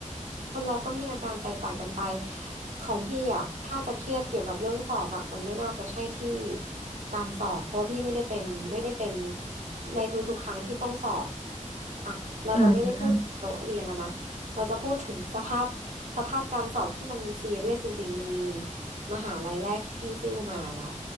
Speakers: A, on the right; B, on the left.
A: คนเราก็มีอาการแตกต่างกันไปของพี่อ่ะถ้าจะเครียดเกี่ยวกับเรื่องสอบอ่ะมันไม่น่าจะใช่ที่การสอบเพราะว่าพี่ไม่ได้เป็นไม่ได้เป็นในทุกๆครั้งที่ต้องสอบอ่ะเราจะไม่ได้พูดถึงโต๊ะเรียนแล้วนะเราจะพูดถึงสภาพ
B: อ่า
A: สภาพการสอบที่มันซีเรียสจริงๆมันมีมหาลัยแรกที่พี่ซิ่วมาเนาะ